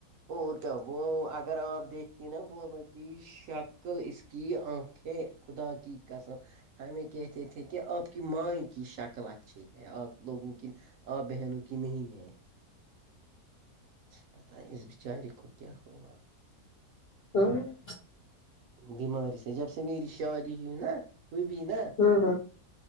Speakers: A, on the right; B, on the left.
A: اور کیا وہ اگر آپ دیکھتی نا بابا کی ش شکل اسکی انکھیں خدا کی قسم ہمیں کہتے تھے کی آپ کی مائ کی شکل اچھی ہے آپ لوگوں کی آپ بہنوں کی نہیں ہے پتا اس بچار کو کیا کیا ہوا
B: <inaudible>
A: بیماری سے جب سے میری شادی ہوئی نا ہوئی نا
B: ہ ہ